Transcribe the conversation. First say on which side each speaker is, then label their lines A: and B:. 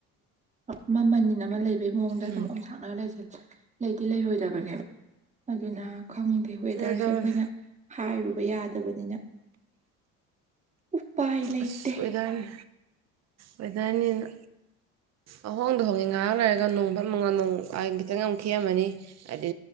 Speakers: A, on the right; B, on the right.
A: ꯑꯃ ꯃꯅꯤꯟ ꯑꯃ ꯂꯩꯕꯩ ꯃꯑꯣꯡꯗ ꯑꯗꯨꯝ
B: ꯎꯝ
A: ꯊꯅ ꯂꯩꯗꯤ ꯂꯩꯔꯣꯏꯗꯕꯅꯦꯕ ꯑꯗꯨꯅ ꯈꯪꯗꯦ ꯋꯦꯗꯔꯁꯦ
B: ꯑꯗꯨꯝ
A: ꯑꯩꯈꯣꯏꯅ ꯍꯥꯏꯔꯨꯕ ꯌꯥꯗꯕꯅꯤꯅ ꯎꯄꯥꯏ ꯂꯩꯇꯦ
B: ꯑꯁ ꯋꯦꯗꯔꯅꯤ ꯋꯦꯗꯔꯅꯤꯅ ꯑꯍꯣꯡꯗ ꯍꯣꯡꯉꯦ ꯉꯥꯏꯍꯥꯡ ꯂꯩꯔꯒ ꯅꯣꯡ ꯐꯝꯃꯒ ꯅꯣꯡ ꯑꯩ ꯈꯤꯇꯪ ꯑꯃꯛ ꯈꯦꯝꯃꯅꯤ ꯑꯗꯨ